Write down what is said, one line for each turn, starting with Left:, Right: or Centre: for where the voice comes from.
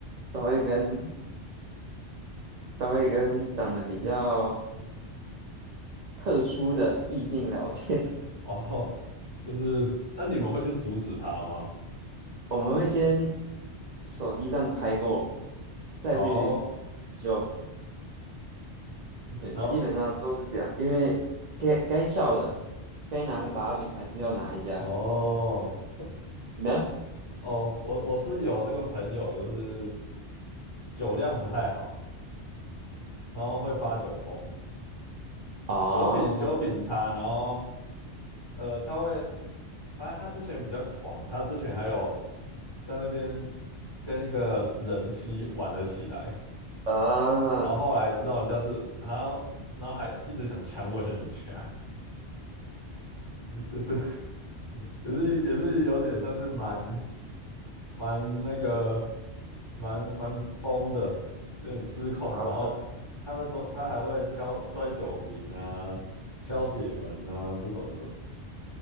Right: 都会跟都会跟长得比较特殊的异性聊天。
Left: 哦，就是那你们会去阻止他吗？
Right: 我们会先手机上拍过，再去
Left: 哦，
Right: 就对，
Left: 然后
Right: 基本上都是这样。因为该该笑的、该拿的把柄还是要拿一下。
Left: 哦
Right: 你呢？
Left: 哦，我我是有那个朋友，就是酒量不太好。然后会发酒疯，
Right: 哦，
Left: 酒品酒品差，然后呃，他会，发现他之前比较狂，他之前还有在那边跟一个人妻玩了起来，
Right: 啊，
Left: 然后后来知道人家是然后然后还一直想强吻人家，
Right: <laughs>
Left: 就是也是也是有点算是蛮蛮那个蛮蛮疯的，有点失控。
Right: 好狠，
Left: 然后他那时候他还会敲摔酒瓶啊、敲铁门啊这种的。